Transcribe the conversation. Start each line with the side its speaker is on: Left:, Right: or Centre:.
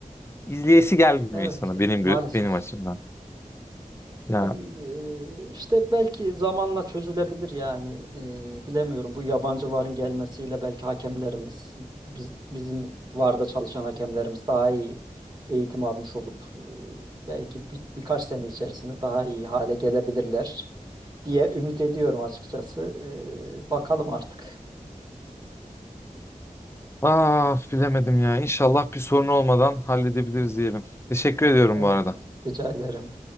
Left: izleyesi gelmiyor
Right: evet,
Left: insanın
Right: evet
Left: benim
Right: maalesef.
Left: gö- benim açımdan. Ya
Right: Yani e, işte belki zamanla çözülebilir yani E, bilemiyorum bu yabancı VAR'ın gelmesiyle belki hakemlerimiz biz- bizim VAR'da çalışan hakemlerimiz daha iyi eğitim almış olup e, belki bir, birkaç sene içerisinde daha iyi hale gelebilirler diye ümit ediyorum açıkçası. E, bakalım artık.
Left: ah bilemedim ya. İnşallah bir sorun olmadan halledebiliriz diyelim. Teşekkür
Right: Eh,
Left: ediyorum
Right: Evet,
Left: bu arada.
Right: rica ederim.